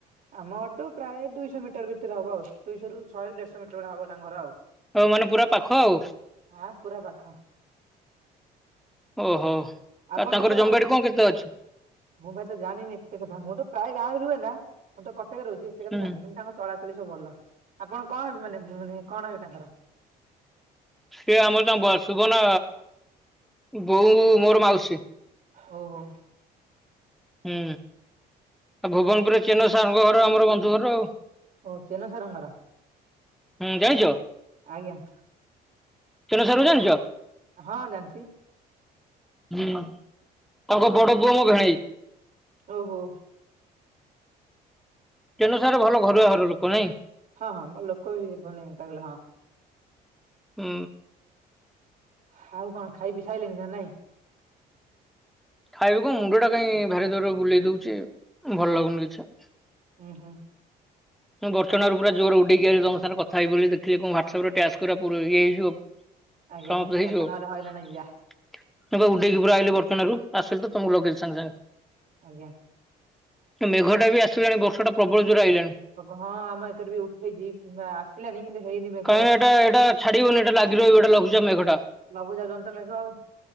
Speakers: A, on the right; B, in the centre.
A: ଆମ ଘରଠୁ ପ୍ରାୟ ଦୁଇଶହ ମିଟର ଭିତରେ ହବ ଆଉ। ଦୁଇଶହରୁ ଶହେ ଦେଢଶହ ମିଟର ଭଳିଆ ହବ ତାଙ୍କ ଘର ଆଉ।
B: ଆଉ ମାନେ ପୁରା ପାଖ ଆଉ।
A: ହଁ ପୁରା ପାଖ
B: ଓହୋ। ଆଉ
A: ଆପଣ
B: ତାଙ୍କର ଜମବାଡି
A: ମାନେ
B: କଣ କେତେ ଅଛି?
A: ମୁଁ ଭାଇ ତ ଜାଣିନି ଏତେ କଥା। ମୁଁ ତ ପ୍ରାୟ ଗାଁ ରୁହେ ନା। ମୁଁ ତ କଟକ ରେ ରହୁଚି। କିନ୍ତୁ
B: ହୁଁ
A: ତାଙ୍କ ଚଳା ସବୁ ଭଲ। ଆପଣ କଣ ହେବେ ମାନେ ମାନେ କଣ ହେବେ ତାଙ୍କର?
B: ଏ ଆମର ତାଙ୍କ ସୁବର୍ଣ୍ଣା, ବୋଉ ମୋର ମାଉସୀ।
A: ହଉ ହଉ।
B: ହୁଁ। ଆଉ ଭୁବନପୁରରେ ଚେନ ସାର ଙ୍କ ଘର ଆମର ବନ୍ଧୁ ଘର ଆଉ।
A: ଓ ଚେନ ସାର ଙ୍କ ଘର,
B: ହୁଁ ଜାଣିଛ
A: ଆଜ୍ଞା।
B: ଚେନ ସାର ଙ୍କୁ ଜାଣିଚ?
A: ହଁ ଜାଣିଚି।
B: ତାଙ୍କ
A: ଆଜ୍ଞା।
B: ବଡ ପୁଅ ମୋ ଭେଣେଇ।
A: ଓହୋ।
B: ଚେନ ସାର ଭଲ ଘରୁଆ ଘର ଲୋକ ନାଇଁ।
A: ହଁ ହଁ ଲୋକ ବି ବନେଇ <unintelligible> ହଁ।
B: ହୁଁ।
A: ଖାଉ କଣ ଖାଇ ପି ସାଇଲେଣି ନା ନାଇଁ?
B: ଖାଇବୁ କଣ ମୁଣ୍ଡ ଟା କାଇଁ ଭାରି ଜୋରେ ବୁଲେଇ ଦଉଚି, ଭଲ ଲାଗୁନି କିଛି।
A: ଉଁ ହୁଁ।
B: ମୁଁ ବଡଚଣା ରୁ ପୁରା ଜୋରେ ଉଡେଇକି ଆଇଲି ତମ ସାଙ୍ଗ ରେ କଥା ହେବି ବୋଲି ଦେଖିଲି କଣ ହ୍ୱାଟସଆପ ରେ ଟାସ୍କ ଗୁରା ଇଏ ହେଇଯିବ।
A: ଆଜ୍ଞା
B: <unintelligible> ହେଇଯିବ।
A: କଥା
B: ମୁଁ
A: ନହେଲେ ହଇରାଣ ହେଇଯିବା
B: ପରା ଉଡେଇକି ପୁରା ଆଇଲି ବ ବଡଚଣା ରୁ ଆସିଲି ତ ତମକୁ ଲଗେଇଲି ସାଙ୍ଗେ ସାଙ୍ଗେ।
A: ଆଜ୍ଞା।
B: ମେଘ ଟା ବି ଆସିଲାଣି ବର୍ଷା ଟା ପ୍ରବଳ ଜୋରେ ଆଇଲାଣି।
A: ହଁ ଆମ ଏକରେ ବି ଉଠେଇଛି କିମ୍ବା ଆସିଲାଣି କିନ୍ତୁ ହେଇନି ମେଘ।
B: କାହିଁକି ଏଟା ଏଇଟା ଛାଡିବନି ଏଟା ଲାଗି ଲଘୁଚାପ ମେଘ ଟା।
A: ସବୁ ଜାଗା ରେ ତ ମେଘ ଆଉ।